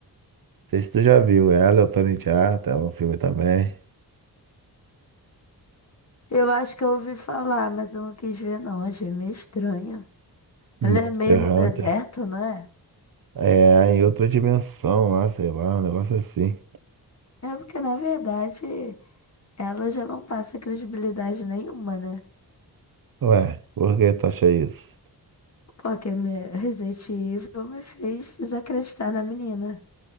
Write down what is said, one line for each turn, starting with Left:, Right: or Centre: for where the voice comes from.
Right: sei se tu já viu ela, é o Tony Jaa, tá? É um filme também.
Left: Eu acho que eu ouvi falar, mas eu não quis ver, não. Achei meio estranho. Ela
Right: Monster
Left: é meio no
Right: Hunter.
Left: deserto, não é?
Right: É, em outra dimensão lá, sei lá, um negócio assim.
Left: É porque, na verdade, ela já não passa credibilidade nenhuma, né?
Right: Ué, por que tu acha isso?
Left: Porque me- Resident Evil me fez desacreditar na menina.